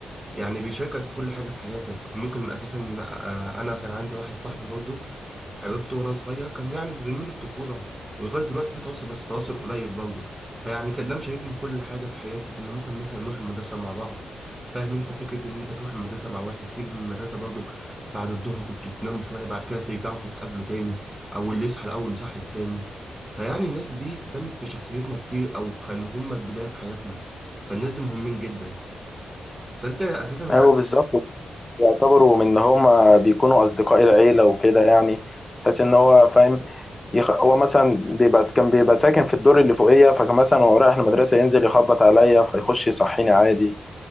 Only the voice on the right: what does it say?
يعني بيشاركك في كل حاجه في حياتك ممكن اساسا آه، انا كان عندي واحد صاحبي برضه عرفته وانا صغير كان يعني زميل الطفوله ولغايه دلوقتي في تواصل بس تواصل قليل برضه فيعني كان ده مشاركني في كل حاجه في حياتي كنا ممكن مثلا نروح المدرسه مع بعض فاهم انت فكره ان انت تروح المدرسه مع واحد تيجي من المدرسه برضه بعد الظهر كنت تنام شويه بعد كده ترجعوا تتقابلوا تاني او اللي يصحى الاول يصحي التاني فيعني الناس دي بنت في شخصيتنا كتير او كانوا هم البدايه في حياتنا فالناس دي مهمين جدا فانت اساسا